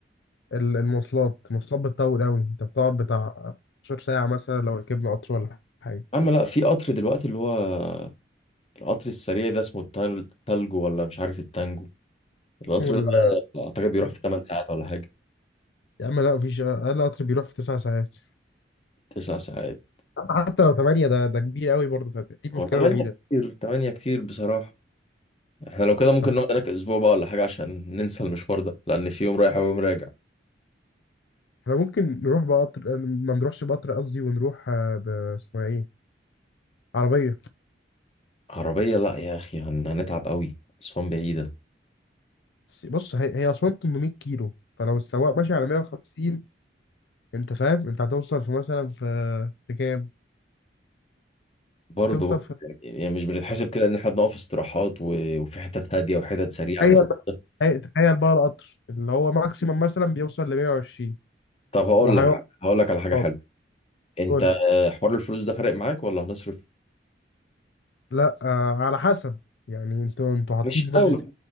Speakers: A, on the left (about 70°); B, on the left (about 30°).
A: ال- المواصلات المواصلات بتطول أوي انت بتقعد بتاع 12 ساعة مثلا لو ركبنا قطر ولا حاجة
B: يا عم لا في قطر دلوقتي اللي هو القطر السريع ده اسمه التال- التالجو ولا مش عارف التانجو القطر
A: اسمه ال
B: ده اعتقد بيروح في 8 ساعات ولا حاجه
A: يا عم لا مفيش أقل قطر بيروح في تسع ساعات
B: 9 ساعات
A: حتى لو ثمانية ده ده كبير أوي برضه فدي المشكلة
B: هو 8
A: الوحيدة
B: كتير 8 كتير بصراحه احنا لو كده ممكن
A: طب
B: نقعد هناك اسبوع بقى ولا حاجه عشان ننسى المشوار ده لان في يوم رايح ويوم راجع
A: احنا ممكن نروح بقطر ما نروحش بقطر قصدي ونروح آه، ب اسمها ايه عربية
B: عربيه لا يا اخي هن- هنتعب قوي اسوان بعيده
A: بس- بص هي هي أسوان 800 كيلو فلو السواق ماشي على 150 انت فاهم انت هتوصل في مثلا في في كام؟
B: برضه
A: توصل
B: برضه يعني يعني مش بنتحسب كده ان احنا بنقف استراحات و... وفي حتت هاديه وحتت سريعه
A: تخيل
B: مش
A: بقى
B: <laughs>
A: تخيل بقى القطر اللي هو ماكسيمم مثلا بيوصل ل 120
B: طب هقول
A: وهيقف
B: لك هقول لك على حاجه
A: خالص.
B: حلوه انت
A: قول لي.
B: آه، حوار الفلوس ده فارق معاك ولا هنصرف
A: لا آه على حسب يعني انتوا انتوا حاطين
B: مش
A: بادجت
B: قوي